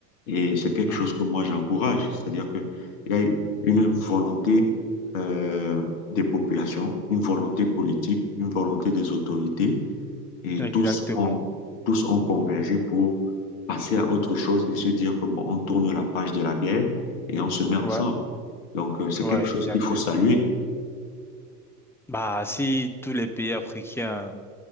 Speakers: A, on the left; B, in the centre.
A: Et c'est quelque
B: Mhm.
A: chose que moi, j'encourage. C'est-à-dire qu'il y a une volonté euh, des populations, une volonté politique, une volonté des autorités. Et
B: Exactement.
A: tous ont, tous ont convergé pour passer à autre chose et se dire que, bon, on tourne la page de la guerre et on se met ensemble.
B: Ouais.
A: Donc euh, c'est
B: Ouais,
A: quelque chose
B: exactement.
A: qu'il faut saluer.
B: Bah, si tous les pays africains